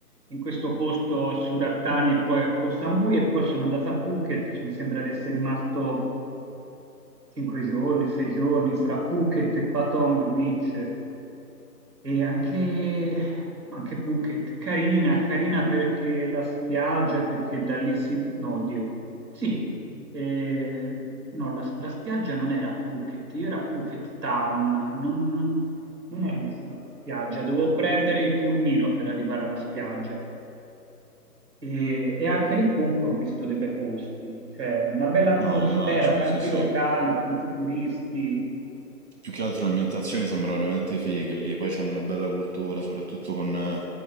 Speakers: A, on the right; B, on the right.
A: in questo posto a Surattani e poi a Koh Samui e poi sono andato a Phuket, mi sembra di essere rimasto cinque giorni, sei giorni, fra Phuket e Patong Beach, e anche, anche Phuket, carina, carina perché la spiaggia, perché da lì si... No, oddio. Sì, eh, no, la, la spiaggia non era a Phuket, io era a Phuket Town, non, non- non ero vicino alla spiaggia, dovevo prendere il pulmino per arrivare alla spiaggia. E, e anche lì comunque ho visto dei bei posti, cioè una bella atmosfera,
B: No, immagino,
A: tanti
B: sì, sì.
A: locali, tanti turisti.
B: Più che altro le ambientazioni sembrano veramente fighe lì, poi c'hanno una bella cultura, soprattutto con eh,